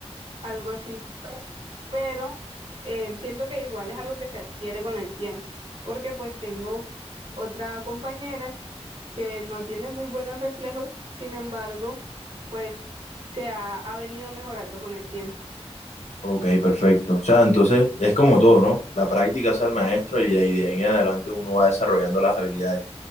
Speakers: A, on the right; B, on the left.
A: algo así. Pero eh, siento que igual es algo que se adquiere con el tiempo, porque pues tengo otra compañera que no tiene muy buenos reflejos, sin embargo, pues se ha, ha venido mejorando con el tiempo.
B: Ok, perfecto. O sea, entonces es como todo, ¿no? La práctica es el maestro y de ahí de ahí en adelante uno va desarrollando las habilidades.